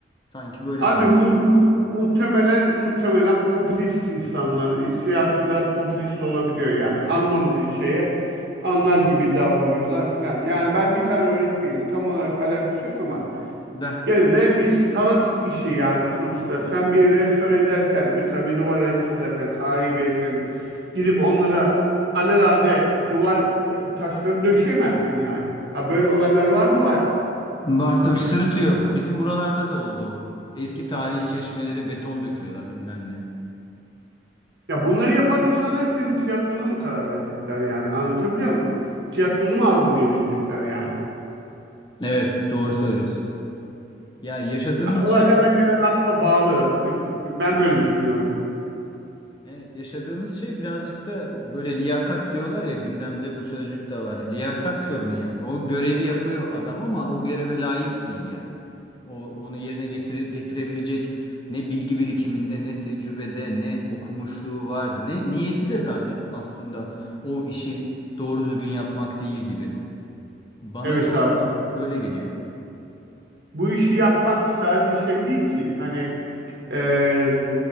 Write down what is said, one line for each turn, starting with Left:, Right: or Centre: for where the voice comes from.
Left: sanki böyle
Right: Abi
Left: bir durum.
Right: mu- mu- muhtemelen muhtemelen popülist insanlar, siyasiler popülist olabiliyor yani anlamadığı şeye anlar gibi davranıyorlar filan. Yani ben bir tane örnek vereyim. Tam olarak alakası yok ama
Left: Ben.
Right: gene de bir sanat işi yani sonuçta. Sen bir restore ederken mesela bir duvar restore ederken tarihi bir eserin gidip onlara alelade duvar e, taşları döşeyemezsin yani. Ha, böyle olaylar var mı? Var.
Left: Var tabii sırıtıyor. Bizim buralarda da oldu o. Eski tarihi çeşmelere beton döküyorlar bilmem ne.
Right: Ya bunları yapan insanlar senin tiyatrona mı karar verecekler yani? Anlatabiliyor muyum? Tiyatronu mu algılayabilecekler yani?
Left: Evet doğru söylüyorsun. Ya yaşadığımız
Right: Olaylar
Left: şey
Right: birbirine aslında bağlı. Ben böyle düşünüyorum.
Left: Evet, yaşadığımız şey birazcık da böyle liyakat diyorlar ya gündemde bu sözcük de var. Liyakat sorunu
Right: Evet.
Left: yani. O görevi yapıyor adam ama o göreve layık değil yani. O onu yerine getire, getirebilecek ne bilgi birikiminde, ne tecrübede, ne okumuşluğu var, ne niyeti de zaten aslında o işi doğru düzgün yapmak değil gibi. Bana
Right: Evet
Left: çoğu
Right: abi.
Left: zaman öyle geliyor.
Right: Bu işi yapmak sadece şey değil ki. Hani eee,